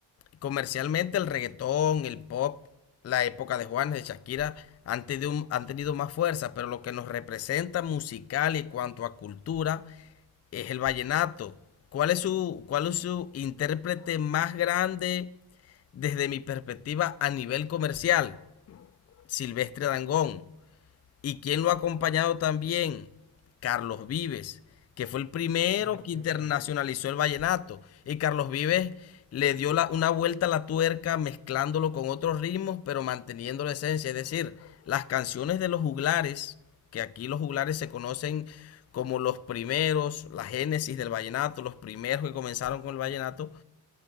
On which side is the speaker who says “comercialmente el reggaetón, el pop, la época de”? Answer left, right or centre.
Left